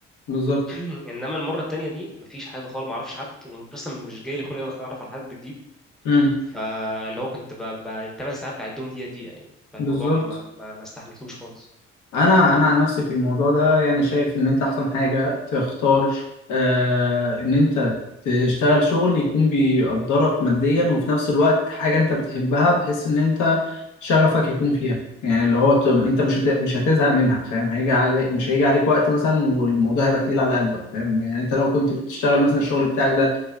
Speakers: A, on the left; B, in the centre.
A: بالظبط
B: <clears throat> انما المره التانيه دي مفيش حاجه خالص ما اعرفش حد واصلا مش جاي لي خلق ان انا اتعرف على حد جديد
A: امم
B: فاللي هو كنت ب... الثمان ساعات بعدهم دقيقه دقيقه يعني فالموضوع
A: بالظبط
B: ما, ما... ما استحملتوش خالص
A: انا انا عن نفسي في الموضوع ده يعني شايف ان انت احسن حاجه تختار آه ان انت تشتغل شغل يكون بيقدرك ماديا وفي نفس الوقت حاجه انت بتحبها بحيث ان انت شغفك يكون فيها يعني اللي هو ت- انت مش هت... مش هتزهق منها فاهم هيجي عليك مش هيجي عليك وقت مثلا والموضوع هيبقى تقيل على قلبك فاهم يعني انت لو كنت بتشتغل مثلا الشغل بتاعك ده